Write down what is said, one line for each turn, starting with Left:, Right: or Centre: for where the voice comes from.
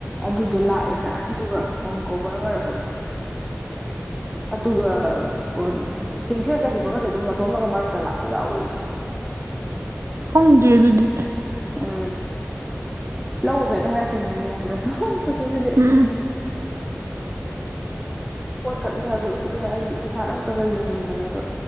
Centre: ꯑꯗꯨꯗꯣ ꯂꯥꯛꯑꯦꯅ ꯑꯗꯨꯒ ꯐꯣꯟ ꯀꯣꯕꯔ ꯑꯣꯏꯔꯒꯅꯣ
Right: <inaudible>
Centre: ꯑꯗꯨꯒ ꯀꯣ ꯀꯦꯟꯁꯦꯜꯖꯈꯤꯕꯒꯁꯦ ꯑꯗꯨꯝ ꯃꯇꯣꯝꯅꯒ ꯃꯔꯛꯇ ꯂꯥꯛꯄ ꯌꯥꯎꯏꯦꯒꯤ
Right: ꯈꯣꯡꯗꯦ ꯑꯗꯨꯗꯤ
Centre: ꯎꯝ ꯂꯧꯔꯨꯒꯇ ꯍꯥꯏꯔꯛꯇꯣꯏꯅꯤ ꯌꯥꯝꯕ꯭ꯔꯥ ꯀꯣꯏꯆꯦꯗꯗꯤ
Right: ꯎꯝ
Centre: ꯄꯣꯠ ꯀꯛꯅꯤꯡꯉꯁꯨ ꯑꯗꯨꯗꯤ ꯑꯩ ꯇꯗꯤꯁꯥꯔꯠ ꯑꯝꯇꯕ ꯌꯦꯡꯅꯤꯡꯕꯅꯦꯕ